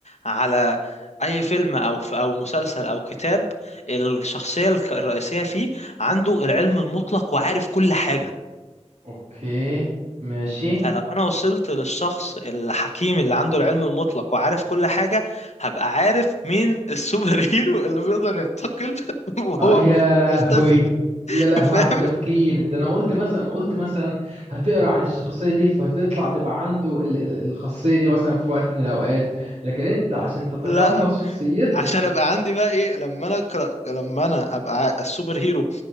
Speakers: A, on the left; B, on the right.
A: على اي فيلم او او مسلسل او كتاب الشخصيه الك- الرئيسيه فيه عنده العلم المطلق وعارف كل حاجه
B: اوكي ماشي
A: فلو انا وصلت للشخص الحكيم اللي عنده العلم المطلق وعارف كل حاجه هبقى عارف مين السوبر هيرو اللي بيقدر ينتقل <laughs> وهو
B: اه يا
A: م- بيختفي
B: لهوي يا
A: <laughs>
B: لهوي
A: فاهم
B: على التفكير ده انا قلت مثلا قلت مثلا هتقرا عن الشخصيه دي فتطلع تبقى عنده ال- ال- الخاصيه دي مثلا في وقت من الاوقات لكن انت عشان تتقمص
A: لا
B: شخصيته
A: عشان ابقى عندي بقى ايه لما انا اقرا لما انا ابقى ع- السوبر هيرو